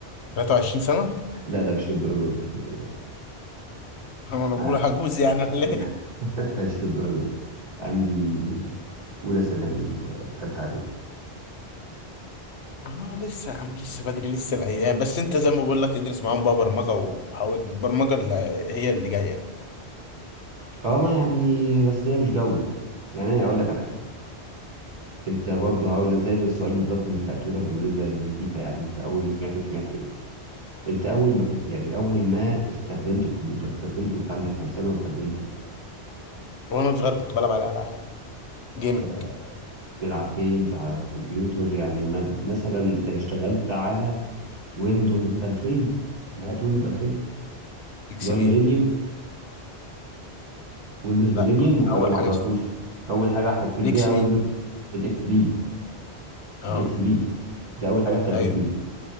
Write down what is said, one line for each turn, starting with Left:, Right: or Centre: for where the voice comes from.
Left: 23 سنة
Right: لا لا مش للدرجة دي مش للدرجة دي
Left: <laughs> انا بقول
Right: آه،
Left: عجوز يعني ولا
Right: <laughs>
Left: ايه
Right: مش للدرجة دي عندي أولى ثانوي وثالثة إعدادي
Left: اه لسه يا عم لسه بدري لسه الايام بس انت زي ما بقول لك ادرس معاهم بقى برمجة وحاول البرمجة اللي هي اللي جاية
Right: فما يعني بس هي مش جوي يعني أنا أقول لك على حاجة أنت برضه هقول لك زي ما السؤال بالظبط اللي سألته لك بالنسبة للمزيكا يعني أنت أول ما سمعت سمعت إيه؟ أنت أول ما كان يعني أول ما استخدمت الكمبيوتر استخدمته أنت عندك كام سنة واستخدمت إيه؟
Left: وانا صغير كنت بلعب على العاب جيمنج
Right: آه، بتلعب جيمز على الكمبيوتر يعني مد- مثلا اشتغلت على ويندوز 2000 نهاية ويندوز 2000
Left: اكس
Right: اللي هو الميلينيوم
Left: بي
Right: ويندوز ميلينيوم
Left: لا انا
Right: ولا
Left: اول
Right: ما
Left: حاجة
Right: حضرتوش
Left: اشتغلت
Right: اول حاجه احتكيت
Left: الاكس
Right: بيها ويندوز
Left: بي
Right: الاكس بي
Left: اه
Right: الاكس بي ده اول حاجه احتكيت
Left: ايوه
Right: بيها